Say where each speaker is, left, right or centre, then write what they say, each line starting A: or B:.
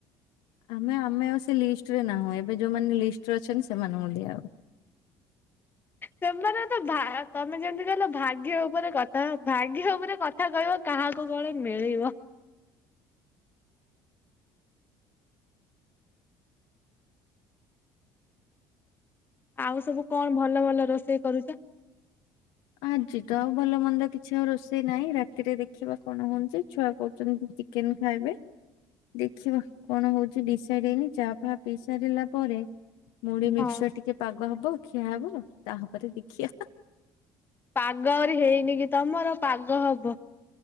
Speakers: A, on the left; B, on the left.
A: ଆମେ ଆମେ ଆଉ ସେ ଲିଷ୍ଟରେ ନାହୁଁ। ଏବେ ଯୋଉମାନେ ଲିଷ୍ଟରେ ଅଛନ୍ତି, ସେମାନଙ୍କୁ ଦିଆ ହବ।
B: ସେମାନେ ତ ଭା ତମେ ଯେମିତି କହିଲ, ଭାଗ୍ୟ ଉପରେ କଥା, ଭାଗ୍ୟ ଉପରେ କଥ କଥା କହିବ, କାହାକୁ କଣ ମିଳିବ? ଆଉ, ସବୁ କଣ ଭଲ ଭଲ ରୋଷେଇ କରୁଛ?
A: ଆଜି ତ ଆଉ ଭଲ ମନ୍ଦ କିଛି ଆଉ ରୋଷେଇ ନାହିଁ। ରାତିରେ ଦେଖିବା କଣ ହଉଞ୍ଚି। ଛୁଆ କହୁଛନ୍ତି ଚିକ୍ କେନ୍ ଖାଇବେ? ଦେଖିବା କଣ ହଉଛି? ଡିସାଇଡ୍ ହେଇନି ଚା' ଫା ପିଇ ସାରିଲା ପରେ ମୁଢ଼ି ମିକ୍ସଚର
B: ହଁ।
A: ଟିକେ ପାଗ ହବ, ଖିଆ ହବ। ତା'ପରେ ଦେଖିବା।
B: ପାଗ ଆହୁରି ହେଇନି କି ତମର! ପାଗ ହବ।